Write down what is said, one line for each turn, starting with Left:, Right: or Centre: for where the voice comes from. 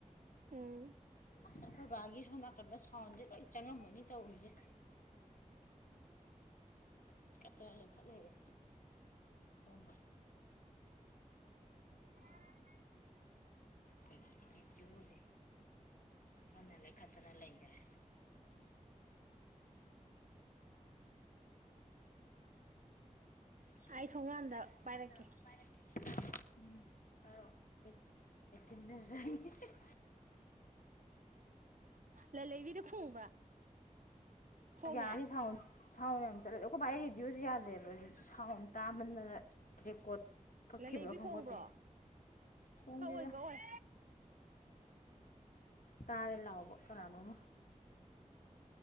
Right: ꯎꯝ
Left: ꯑꯁ ꯑꯩꯈꯣꯏ ꯕꯥꯒꯤ ꯁꯣꯝ ꯅꯥꯀꯟꯗ ꯁꯥꯎꯟꯁꯦ ꯂꯣꯏ ꯆꯪꯉꯃꯅꯤ ꯇꯧꯔꯤꯁꯦ <unintelligible> ꯂꯩꯈꯠ ꯂꯩꯔꯦ ꯁꯣꯝꯗ
Right: <unintelligible>
Left: ꯀꯔꯤ ꯔꯦꯗꯤꯑꯣꯁꯦ ꯀꯟꯅ ꯂꯩꯈꯠꯇꯅ ꯂꯩꯈꯔꯦ <unintelligible>
Right: ꯑꯩ ꯊꯣꯡꯒꯥꯟꯗ ꯄꯥꯏꯔꯛꯀꯦ
Left: <unintelligible>
Right: ꯂꯂꯩꯕꯤꯗ ꯈꯣꯡꯕ꯭ꯔꯥ ꯈꯣꯡꯉꯦ
Left: <unintelligible> ꯁꯥꯎꯟ ꯁꯥꯎꯟ ꯌꯥꯝ ꯆꯠꯂꯦ ꯑꯩꯈꯣꯏ ꯕꯥꯥꯏ ꯔꯦꯗꯤꯁꯦ ꯌꯥꯗꯦꯕ ꯁꯥꯎꯟ ꯇꯥꯕꯗ ꯔꯦꯀꯣꯠ ꯀꯠꯈꯥꯕꯔ
Right: ꯂꯂꯩꯕꯤ ꯈꯣꯡꯕ꯭ꯔꯣ
Left: ꯈꯪꯕꯣꯠꯇ ꯈꯣꯡꯗꯦꯗ
Right: ꯀꯛꯑꯣꯏ ꯀꯛꯑꯣꯏ
Left: ꯇꯔꯦ ꯂꯥꯎꯕ ꯀꯅꯥꯅꯣꯝꯃ